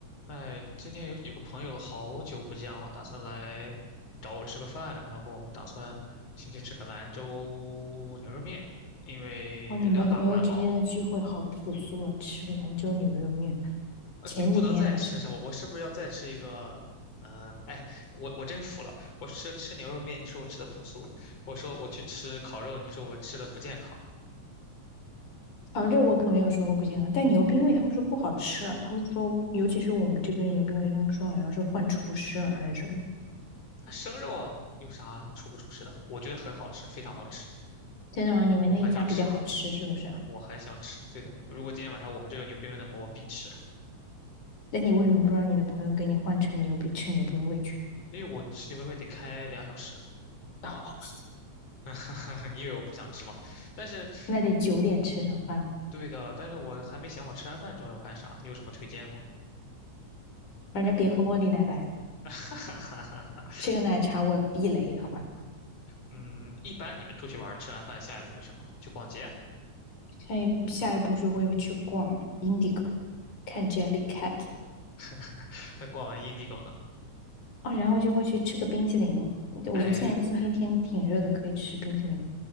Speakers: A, on the left; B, on the left.
A: 哎，今天有有个朋友好久不见了，打算来找我吃个饭，然后我们打算先去吃个兰州牛肉面，因为量大管饱，
B: 哇，你们朋友之间的聚会好朴素啊，吃兰州牛肉面。
A: 而且不能再吃什么。
B: 前几天还是，
A: 我是不是要再吃一个？嗯、哎，我我真服了，我吃吃牛肉面，你说我吃的朴素，我说我去吃烤肉，你说我吃的不健康。
B: 反正我可没有说过不健康，但牛冰味他们说不好吃了，他们说，尤其是我们这边牛冰味，他们说好像是换厨师了还是什么。
A: 啊生肉啊，有啥出不出事的？我觉得很好吃，非常好吃，
B: 真的吗？你们那一家比较好吃是不是啊
A: 我还想吃，我还想吃。对的，如果今天晚上我们这有牛鞭面的话，我必吃。
B: 那你为什么不让你的朋友给你换成牛逼吃牛冰味去？
A: 因为我吃牛排面得开两小时，
B: 哦，
A: <laughs> 你以为我不想吃吗？但是，
B: 那得九点吃上饭了，
A: 对的，但是我还没想好吃完饭之后要干啥，你有什么推荐吗？
B: 反正别喝茉莉奶白，
A: <laughs>
B: 吃个奶茶我避雷，好吧？
A: 嗯，一般你们出去玩，吃完饭下一步是什么？去逛街？
B: 下一下一步就会去逛 Indigo，看 Jellycat。
A: <laughs> 那逛完 Indigo 呢？
B: 啊，然后就会去吃个冰淇淋。我觉得现在今天
A: 哎，
B: <laughs> 天挺热的，可以吃冰淇淋。